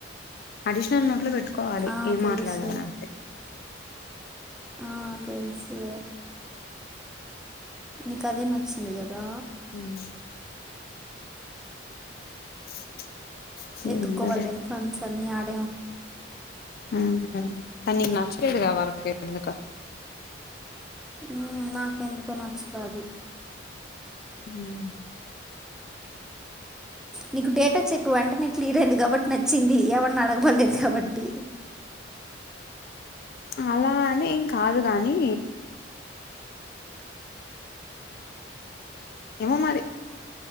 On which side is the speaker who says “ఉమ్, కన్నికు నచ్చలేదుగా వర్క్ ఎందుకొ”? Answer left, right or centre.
Left